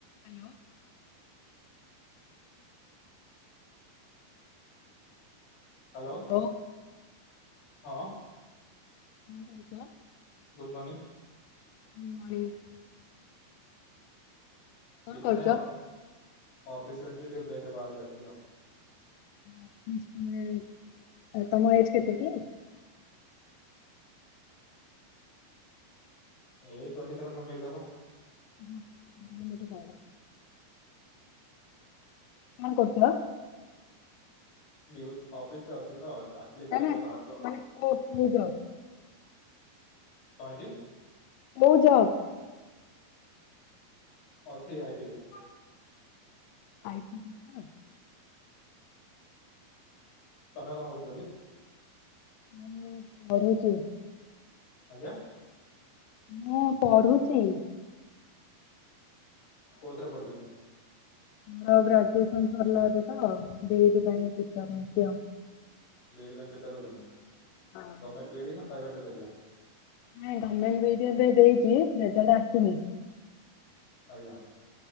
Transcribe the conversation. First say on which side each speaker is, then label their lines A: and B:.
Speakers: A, on the left; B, on the left.
A: Hello.
B: Hello
A: ବୋ।
B: ହଁ।
A: କଣ କରୁଚ?
B: Good morning.
A: <unintelligible> କଣ
B: କିଛି
A: କରୁଛ?
B: ନାଇଁ ଅଫିସ ଅଫିସରେ ଥିଲି ଟିକେ ବ୍ରେକରେ ବାହାରକୁ ଆସିଥିଲି ଆଉ।
A: ଅଫିସ ତମେ ତମ ଏଜ କେତେ କି?
B: ଏଇ ଟ୍ଵେଣ୍ଟି ସେଭେନ ଟ୍ୱେଣ୍ଟି ଏଇଟ ହବ।
A: ଓହୋ ତାହେଲେ ମୋ ଠୁ ବଡ। କଣ କରୁଥିଲ?
B: ଡ୍ୟୁ ଅଫିସରେ ଅଛି ତ। ଆସିଲି ବ୍ରେକରେ
A: ନା ନା
B: ବାହାରକୁ
A: ପ
B: ଆଉ।
A: ମାନେ କଉ କୁ ଜବ୍?
B: କଣ ହେଇଚି?
A: ବୋଉ ଯାଅ।
B: ଅଛି ଆଇଟି ରେ।
A: ଆଇ ଟି ଅଚ୍ଛା।
B: ତମେ କଣ କରୁଥିଲ କି?
A: ମାନେ ବଢେଇଚି।
B: ଆଜ୍ଞା।
A: ମୁଁ ପଢୁଚି।
B: କଉଥିରେ ପଢୁଚନ୍ତି?
A: ମୋର ଗ୍ରାଜୁଏସନ ସରିଲା ଏବେ ତ ବି ଇ ଡି ପାଇଁ ପ୍ରିପାର ହଉଚି ଆଉ।
B: ବି ଇ ଡି ପାଇଁ ପ୍ରିପେୟାର ହଉଚନ୍ତି
A: ହଁ
B: ଗମେଣ୍ଟ ବି ଇ ଡି ନା ପ୍ରାଇଭେଟରେ କରିବା?
A: ନାଇଁ ଗମେଣ୍ଟ ବି ଇ ଏବେ ଦେଇଚି ରେଜ୍ଲଟ ଆସିନି।
B: ଆଜ୍ଞା।